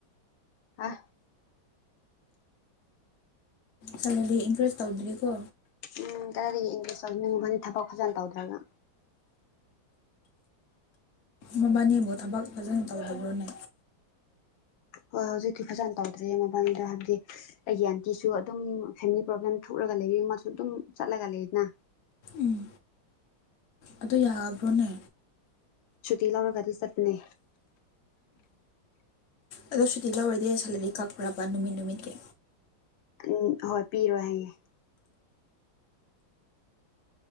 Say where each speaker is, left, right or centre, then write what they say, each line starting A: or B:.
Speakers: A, on the left; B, on the left.
A: ꯑ
B: ꯆꯝꯂꯗꯤ ꯏꯟꯀꯔꯦꯖ ꯇꯧꯗ꯭ꯔꯤꯀꯣ
A: ꯎꯝ ꯀꯔꯗꯒꯤ ꯏꯪꯂꯤꯁ ꯇꯟꯅꯤꯡꯉ ꯐꯅꯤ ꯊꯕꯛ ꯐꯖꯅ ꯇꯧꯗ꯭ꯔꯒ
B: ꯃꯕꯥꯅꯤꯕꯨ ꯊꯕꯛ ꯐꯖꯅ ꯇꯧꯗꯕ꯭ꯔꯣꯅꯦ
A: ꯍꯣꯏ ꯍꯧꯖꯤꯛꯇꯤ ꯐꯖꯅ ꯇꯧꯗ꯭ꯔꯦ ꯃꯃꯥꯡꯗ ꯍꯥꯏꯕꯗꯤ ꯑꯩꯒꯤ ꯑꯟꯇꯤꯁꯨ ꯑꯗꯨꯝ ꯐꯦꯃꯤꯂꯤ ꯄ꯭ꯔꯣꯕ꯭ꯂꯦꯝ ꯊꯣꯛꯂꯒ ꯃꯥ ꯑꯗꯨꯝ ꯆꯠꯂꯒ ꯂꯩꯅ
B: ꯎꯝ ꯑꯗꯨ ꯌꯥꯕ꯭ꯔꯣꯅꯦ
A: ꯁꯨꯇꯤ ꯂꯧꯔꯒ ꯑꯗꯨ ꯆꯠꯄꯅꯦ
B: ꯑꯗꯣ ꯁꯨꯇꯤ ꯌꯥꯔꯣꯏꯗꯤꯦ ꯁꯂꯂꯤꯛ ꯀꯛꯄ꯭ꯔꯕ ꯅꯨꯃꯤꯠ ꯅꯨꯃꯤꯠꯀꯤ
A: ꯎꯝ ꯍꯣꯏ ꯄꯤꯔꯣꯏ ꯍꯌꯦꯦ